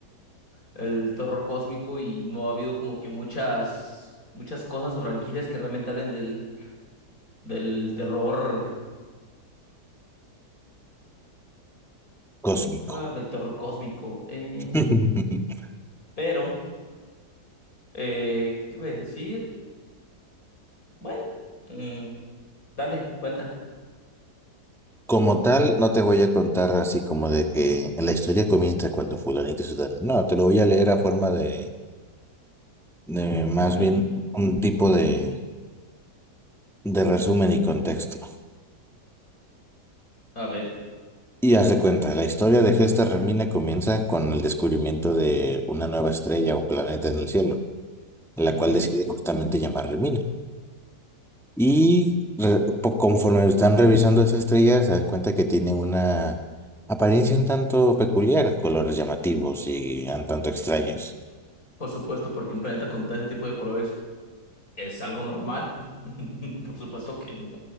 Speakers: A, on the left; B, in the centre.
A: el terror cósmico y no ha habido como que muchas, muchas cosas o franquicias que realmente hablen del, del terror.
B: cósmico.
A: Ah, del terror cósmico. Eh,
B: <laughs>
A: Pero, eh, ¿qué te iba a decir? Bueno, mm, dale, cuenta.
B: Como tal, no te voy a contar así como de que la historia comienza cuando fulanito se da. No, te lo voy a leer a forma de de más
A: Ujú,
B: bien un tipo de, de resumen y contexto.
A: A ver.
B: Y haz de cuenta, la historia de Gesta Remina comienza con el descubrimiento de una nueva estrella o planeta en el cielo, la
A: ujú.
B: cual decide justamente llamar Remina. Y re- po- conforme están revisando esa estrella, se dan cuenta que tiene una apariencia un tanto peculiar, colores llamativos y un tanto extraños.
A: Por supuesto, porque un planeta con ese tipo de colores es algo normal. <laughs> Por supuesto que no.